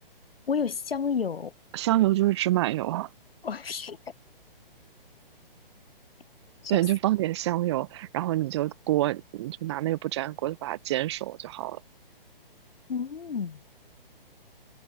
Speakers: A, on the left (about 75°); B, on the right (about 30°).
A: 我有香油，
B: <laughs> 香油就是芝麻油啊，
A: 我是 <laughs>
B: 对，
A: 笑死。
B: 你就放点香油，然后你就锅，你就拿那个不粘锅就把它煎熟就好了。
A: 嗯